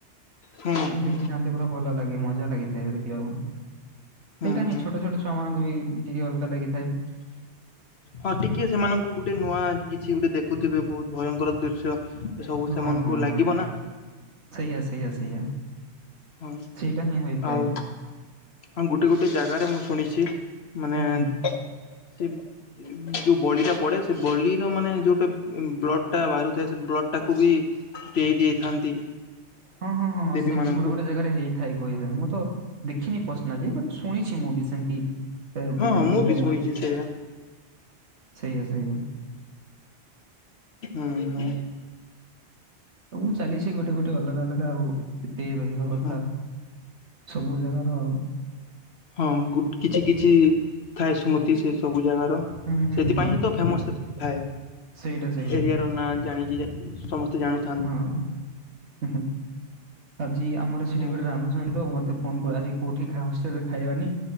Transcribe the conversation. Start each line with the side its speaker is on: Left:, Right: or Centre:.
Left: ହୁଁ ହୁଁ
Right: ଦେଖିଥାନ୍ତି ପୁରା ଭଲ ଲାଗେ ମଜା ଲାଗିଥାଏ ଦେଖିବାକୁ।
Left: ହୁଁ
Right: ସେଇଟା ହିଁ
Left: ହୁଁ।
Right: ଛୋଟ ଛୋଟ ଛୁଆ ମାନଙ୍କୁ ବି ଟିକେ ଅଲଗା ଲାଗିଥାଏ।
Left: ହଁ ଟିକେ ସେମାନଙ୍କୁ ଗୋଟେ ନୂଆ କିଛି ଗୋଟେ ଦେଖୁଥିବେ ବହୁତ ଭୟଙ୍କର ଦୃଶ୍ୟ। ଏ ସବୁ ସେମାନଙ୍କୁ
Right: ହଁ, ହଁ,
Left: ଲାଗିବ
Right: ହଁ,
Left: ନା।
Right: ସେଇଆ ସେଇଆ ସେଇଆ।
Left: ହଁ
Right: ସେଇଟା ହିଁ ହୋଇଥାଏ।
Left: ଆଉ ହଁ ଗୋଟେ ଗୋଟେ ଜାଗାରେ ମୁଁ ଶୁଣିଛି। ମାନେ
Right: ହୁଁ, ହୁଁ,
Left: ସେ ଯୋଉ ବଳିଟା ପଡେ ସେ ବଳିର ମାନେ ଯୋଉଟା ବ୍ଲଡ ଟା ବାହାରୁଥାଏ ସେ ବ୍ଲଡ ଟାକୁ ବି ପେଇ ଦେଇଥାନ୍ତି।
Right: ହଁ ହଁ ହଁ
Left: ଦେବୀ
Right: ସେମିତି
Left: ମାନଙ୍କୁ
Right: ଗୋଟେ ଗୋଟେ ଜାଗାରେ ହେଇଥାଏ କହିଥାଏ ମୁଁ ତ ଦେଖିନି ପର୍ସନାଲି ବଟ ଶୁଣିଚି ମୁଁ ବି ସେମତି ଏବେ
Left: ହଁ ହଁ
Right: ଦେବୀକୁ।
Left: ମୁଁ ବି ଶୁଣିଛି ସେଇଆ।
Right: ସେଇଆ ସେଇଆ।
Left: ହୁଁ ହୁଁ।
Right: ସବୁ ଚାଲି ସେ ଗୋଟେ ଗୋଟେ ଅଲଗା ଅଲଗା ଆଉ ଯେତେ ରହିବା କଥା।
Left: ହଁ
Right: ସବୁ ଜାଗାର ଆଉ।
Left: ହଁ ଗୁଟ କିଛି କିଛି ଥାଏ ସ୍ମୃତି ସେ ସବୁ ଜାଗା
Right: ହୁଁ, ହୁଁ,
Left: ସେଥିପାଇଁ
Right: ହୁଁ।
Left: ହିଁ ତ ଫେମସ୍ ଥାଏ।
Right: ସେଇଟା ସେଇଟା
Left: ଏରିଆ ର ନାଁ ଜାଣିକି <unintelligible> ସମସ୍ତେ ଜାଣୁ
Right: ହଁ ଉଁ ହୁଁ ଆଜି ଆମର ସେଠି
Left: ହୁଁ
Right: ଗୋଟେ ରାନ୍ଧୁଚନ୍ତି ତ ମତେ ଫୋନ କୁ ଆଜି କୋଉଠି ଖା ହଷ୍ଟେଲରେ ଖାଇବାନି।